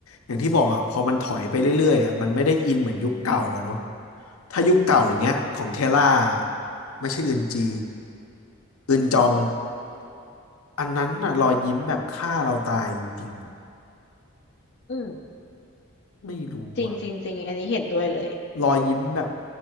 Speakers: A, on the left; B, on the left.
A: อย่างที่บอกอ่ะพอมันถอยไปเรื่อยๆอ่ะมันไม่ได้อินเหมือนยุคเก่าอ่ะเนาะถ้ายุคเก่าอย่างเงี้ยของเทล่าไม่ใช่อึนจีอึนจองอันนั้นน่ะรอยยิ้มแบบฆ่าเราตายจริงๆอะ
B: อืม
A: ไม่รู้อ่ะ
B: จริงจริงจริงอันนี้เห็นด้วยเลย
A: รอยยิ้มแบบ